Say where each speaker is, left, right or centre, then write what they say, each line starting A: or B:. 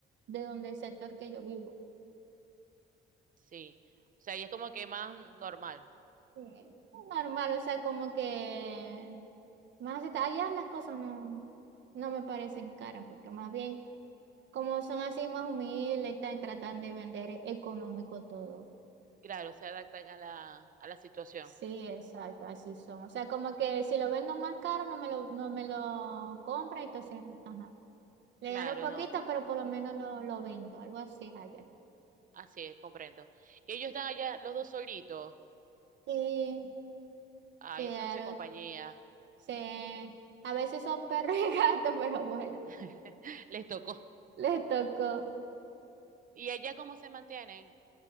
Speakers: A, on the right; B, on the right.
A: de donde el sector que yo vivo.
B: sí, o sea, y es como que más normal,
A: Sí. Normal, o sea, como que más acepta- allá las cosas no, no me parecen caras, porque más bien como son así más humildes, están tratando de vender económico todo.
B: claro, se adaptan a la, a la situación.
A: Sí, exacto, así son. O sea, como que si lo vendo más caro no me lo, no me lo compra, entonces, ajá. Le
B: Claro,
A: gano poquito,
B: no.
A: pero por lo menos lo, lo vendo, algo así es allá.
B: Así es, comprendo. Y ellos están allá los dos solitos.
A: Sí,
B: Ay,
A: Quedaron,
B: haciéndose compañía.
A: se, a veces son perros y <laughs> gatos, pero bueno,
B: <laughs> Les tocó.
A: les tocó.
B: ¿Y allá cómo se mantienen?